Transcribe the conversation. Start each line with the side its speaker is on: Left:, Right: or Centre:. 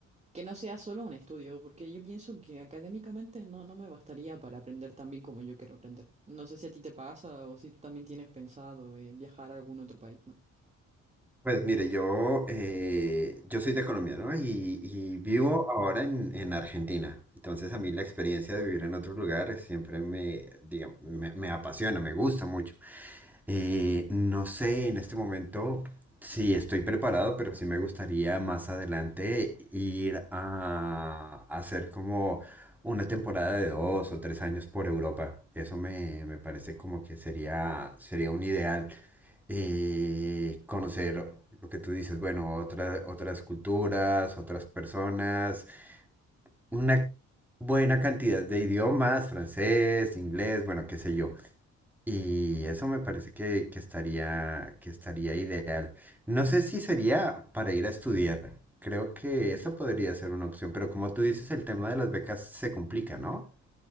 Right: Que no sea solo un estudio, porque yo pienso que académicamente no, no me bastaría para aprender tan bien como yo quiero aprender. No sé si a ti te pasa o si tú también tienes pensado eh, viajar a algún otro país, ¿no?
Centre: Pues mire, yo, eh, yo soy de Colombia, ¿no? Y, y vivo ahora en, en Argentina. Entonces a mí la experiencia de vivir en otro lugar siempre me, digamos, me, me apasiona, me gusta mucho. Eh, no sé en este momento si estoy preparado, pero sí me gustaría más adelante ir a, a hacer como una temporada de dos o tres años por Europa. Eso me, me parece como que sería, sería un ideal y conocer lo que tú dices, bueno, otras, otras culturas, otras personas, una buena cantidad de idiomas, francés, inglés, bueno, qué sé yo. Y eso me parece que, que estaría, que estaría ideal. No sé si sería para ir a estudiar. Creo que eso podría ser una opción, pero como tú dices, el tema de las becas se complica, ¿no?